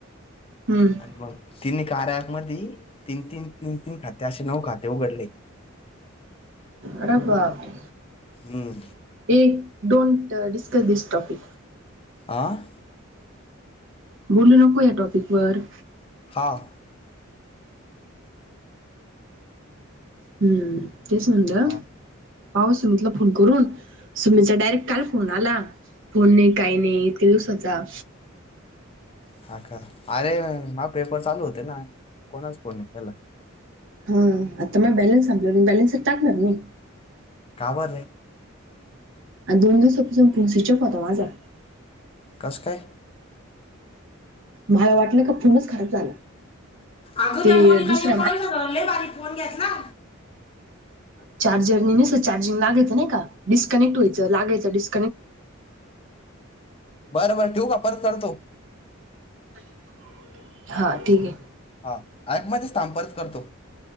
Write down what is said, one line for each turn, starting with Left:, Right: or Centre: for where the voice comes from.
Right: हम्म
Left: आणि मग तिने. कार्या एप मधे तीन-तीन, तीन-तीन खाते, असे नऊ खाते उघडले.
Right: अरे बापरे!
Left: हम्म
Right: एक-दोन. Discuss this topic.
Left: आ..
Right: बोलू नको, या टॉपिक वर.
Left: हां.
Right: हम्म तेचं म्हंटल.
Left: हा
Right: पाहू सुमितला फोन करून. सुमितचा डायरेक्ट काल फोन आला. फोन नाही, काही नाही, इतक्या दिवसाचा.
Left: हा का, अरे हा पेपर चालू होते ना. कोणाच फोन आहे याला?
Right: हू.. आता मग बॅलेन्स संपलेला. मग बॅलेन्स टाकणार ना मी.
Left: का बर रे..
Right: आणि दोन दिवसापासून फोन स्विच ऑफ होता माझा.
Left: कस काय?
Right: मला वाटलं का.. फोनच खराब झाला.
Left: अगं..
Right: ते
Left: त्या मोनिका
Right: दुसऱ्या
Left: कोणाचा
Right: मा
Left: गं लय भारी फोन घेतला.
Right: चार्जर नी चार्जिंग लागायच नाही का... डिस्कनेक्ट व्हयचं... लागायचं डिसकनेक्ट.
Left: बरं.. बरं.. ठेवू का परत करतो.
Right: <inaudible> हा ठीक आहे.
Left: हा ऍप मध्ये थांब परत करतो.